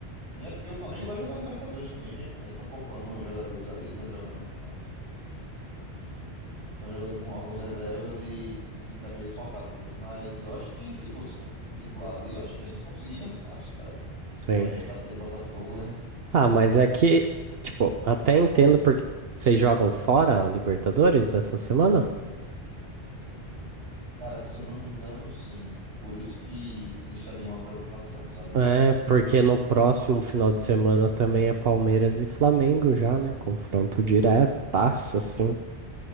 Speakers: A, on the right (about 85°); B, on the right (about 65°).
A: Sim, é porque o Flamengo vai jogar Libertadores também, né? Aí estão poupando os jogadores ali, estão jogando com estão jogando com alguns reservas e o time tá meio desfalcado mesmo. Mas eu acho que se fosse com o time titular ali, eu acho que eles conseguiriam fácil, cara.
B: Sim.
A: É, batendo Botafogo, né?
B: Ah, mas é que, tipo, até entendo porque vocês jogam fora a Libertadores essa semana?
A: Cara, se eu não me engano, sim. Por isso que existe ali uma preocupação, sabe?
B: É, porque no próximo final de semana também é Palmeiras e Flamengo já, né? Confronto diretaço, assim.